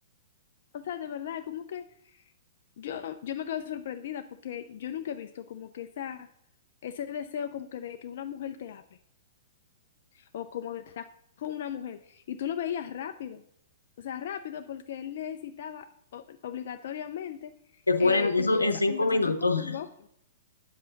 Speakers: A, on the left; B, on the left.
A: O sea, de verdad, es como que yo, yo me quedo sorprendida porque yo nunca he visto como que esa, ese deseo como que de que una mujer te hable, o como de estar con una mujer, y tú lo veías rápido, o sea, rápido porque él necesitaba o- obligatoriamente
B: Que fueran,
A: eh,
B: eso
A: terminar
B: en
A: esa
B: cinco
A: conversación
B: minutos
A: conmigo.
B: <laughs>